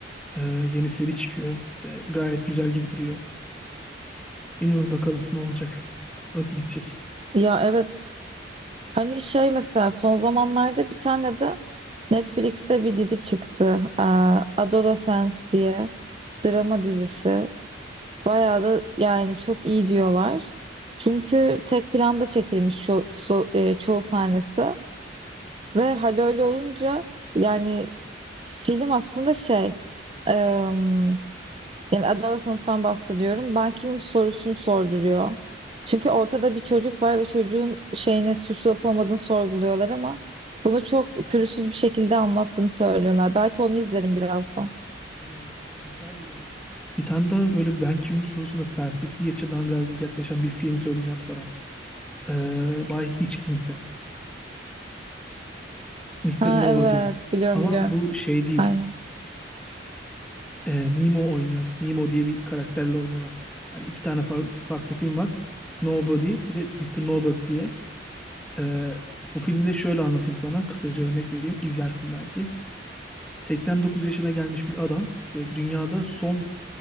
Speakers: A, in the centre; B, on the right (about 30°).
A: e, yeni seri çıkıyor ve gayet güzel gibi duruyor. Bilmiyorum bakalım ne olacak. Nasıl gidecek.
B: Ya evet. Hani şey mesela son zamanlarda bir tane de Netflix'te bir dizi çıktı. Ee, Adolescence diye. Drama dizisi. Bayağı da yani çok iyi diyorlar. Çünkü tek planda çekilmiş ço so- e, çoğu sahnesi ve hal öyle olunca yani film aslında şey em, yani Adolescence'dan bahsediyorum. Ben kimim sorusunu sorduruyor. Çünkü ortada bir çocuk var ve çocuğun şeyini suçlu olup olmadığını sorguluyorlar ama bunu çok pürüzsüz bir şekilde anlattığını söylüyorlar. Belki onu izlerim birazdan.
A: Hmm, güzel duruyormuş. Bir tane daha böyle ben kimim sorusuna felsefi açıdan birazcık yaklaşan bir film söyleyeceğim sana. Ee, Bay Hiç Kimse. Mister
B: Ha
A: Nobody.
B: evet biliyorum
A: Ama
B: biliyorum.
A: bu şey değil.
B: Aynen.
A: Ee, Nemo oynuyor. Nemo diye bir karakterle oynuyorlar. Hani iki tane far- farklı film var. Nobody bir de Mister Nobody diye. Ee, bu filmde şöyle anlatayım sana. Kısaca örnek vereyim. İzlersin belki. 89 yaşına gelmiş bir adam ve dünyada son